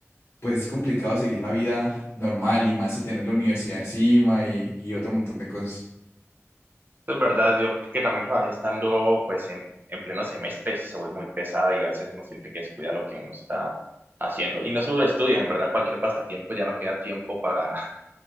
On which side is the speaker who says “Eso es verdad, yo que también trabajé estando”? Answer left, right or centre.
Right